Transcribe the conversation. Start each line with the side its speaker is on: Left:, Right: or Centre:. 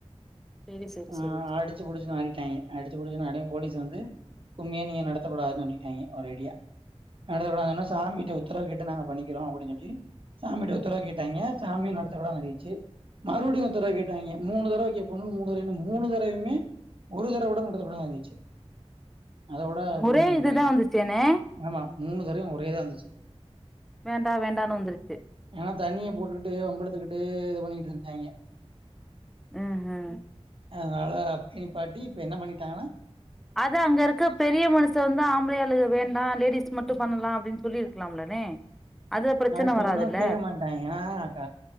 Centre: செரி செரி
Right: ஆ
Centre: செரி
Right: அடிச்சு புடிச்சுன் ஆடிட்டாய்ங்க அடி ச்சு புடிச்சுன் ஆனே போலீஸ் வந்து கும்மிய நீங்க நடத்தகூடாதுனு சொல்லிட்டாய்ங்க ஒரேடியா நடத்த கூடாதுன்னா சாமிட்ட உத்தரவு கேட்டு நாங்க பண்ணிக்கிறோ அப்படின் சொல்லி சாமிகிட்ட உத்தரவு கேட்டாய்ங்க சாமியு நடத்த கூடாதுன்னு சொல்லிடுச்சு மறுபடியு உத்தரவு கேட்டாய்ங்க மூணு தடவ கேக்கோணுனு மூணு தடவையு மூணு தட வைமே ஒரு தடவ கூட நடத்த கூடாதுனு வந்துச்சு அதோட கும்மி
Centre: ஒரே
Right: <unintelligible>
Centre: இதுதா வந்துச்சேனே
Right: ஆமா மூணு தடவையு ஒரேதா வந்துச்சு
Centre: வேண்டா வேண்டான்னு வந்துருச்சு
Right: ஏன்னா தண்ணிய போட்டுக்கிட்டு வம்பிழுத்துக்கிட்டு இது பண்ணிட்டு இருந்தாய்ங்க
Centre: ம் ம்
Right: அதனால அப்டி நிப்பாட்டி இப்ப என்ன பண்ணிட்டாங்கனா
Centre: அது அங்க இருக்க பெரிய மனுஷ வந்து ஆம்பளயாளுக வேண்டா லேடிஸ் மட்டு பண்ணலா அப்டின்னு சொல்லிருக்கலாம்லனே அதுல பிரச்சன
Right: அது சொன்னா
Centre: வராதுல்ல
Right: கேக்க மாட்டன்ட்டாங்க ஏனா க